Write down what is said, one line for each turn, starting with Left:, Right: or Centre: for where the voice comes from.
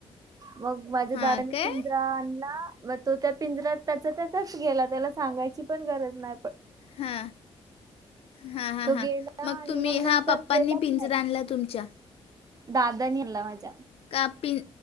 Right: मग माझ्या
Left: हां
Right: दादानी
Left: काय
Right: पिंजरा आणला मग तो त्या पिंजऱ्यात त्याचा त्याचाच गेला त्याला सांगायची पण गरज नाय
Left: हा, हा, हा,
Right: तो
Left: हां
Right: गेला
Left: मग
Right: आणि
Left: तुम्ही
Right: नंतर
Left: हा पप्पांनी
Right: गेलाच
Left: पिंजर
Right: नाही
Left: आणला तुमच्या.
Right: दादानी आनला माझ्या.
Left: कापिन